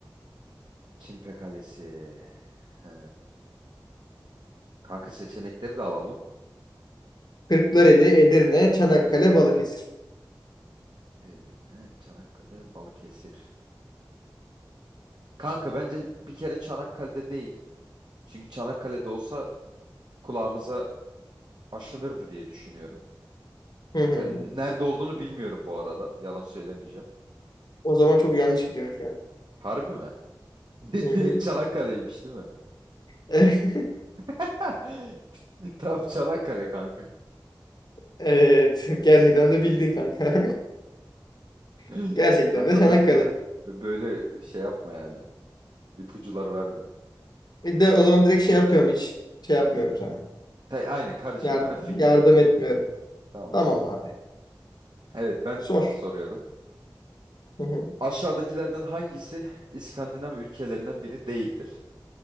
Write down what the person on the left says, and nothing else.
Kırklareli, Edirne, Çanakkale, Balıkesir.
Hı hı.
O zaman çok yanlış gidiyor şu an.
Hı
hı.
<laughs>
Evet. Gerçekten de bildin kanka. <laughs>
Gerçekten
de
Çanakkale.
Bir de o zaman direkt şey yapıyorum hiç şey yapmıyorum sana.
Yar-
yardım
etmiyorum.
Tamam abi.
Sor.
Hı hı,